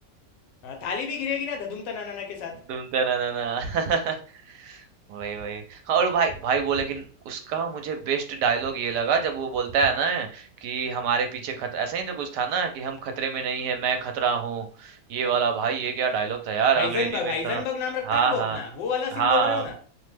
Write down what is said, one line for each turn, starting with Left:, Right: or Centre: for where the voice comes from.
Left: हाँ, थाली भी गिरेगी ना धधुम तनाना के साथ
Right: तुम तो ना ना ना। <laughs> वही वही हाँ और भाई भाई वो लेकिन उसका मुझे बेस्ट डायलॉग ये लगा जब वो बोलता है ना कि हमारे पीछे खतरा ऐसा ही तो कुछ था ना कि हम खतरे में नहीं है मैं खतरा हूँ ये वाला भाई ये क्या डायलॉग था यार अंग्रेजी
Left: हाइजनबर्ग
Right: में
Left: हाइजनबर्ग
Right: इसका
Left: नाम रखता
Right: हाँ
Left: है ना वो
Right: हाँ
Left: अपना वो वाला
Right: हाँ
Left: सीन बोल रहे हो ना